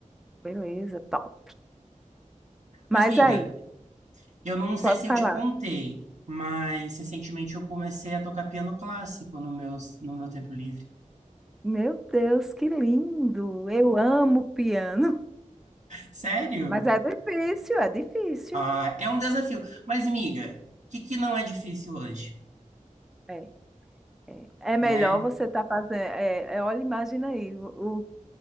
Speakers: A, in the centre; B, on the right (about 60°).
A: Beleza, top. Mas
B: Mas, miga,
A: aí,
B: eu não sei
A: pode
B: se
A: falar.
B: eu te contei, mas recentemente eu comecei a tocar piano clássico no meu, no meu tempo livre.
A: Meu Deus, que lindo! Eu amo piano.
B: Sério?
A: Mas é difícil, é difícil.
B: Ah, é um desafio. Mas, miga, o que que não é difícil hoje,
A: É, é. É melhor
B: né?
A: você estar fazendo. É, é, olha, imagina aí, o, o-